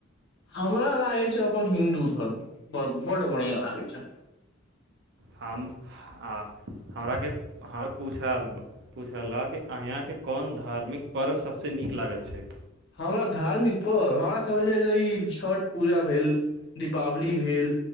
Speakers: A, on the left; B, on the right.
A: हमरा लागै छै अपन हिन्दू धर्म ब -बड्ड बढ़िआँ लागै छै
B: हम आ -हमराके पूछल पुछलक कि अंया के कोन धार्मिक पर्व सभसँ नीक लागैत छै
A: हमरा धार्मिक पर्व हमरा कहल जाइ जे छै ई छठ पूजा भेल दीपावली भेल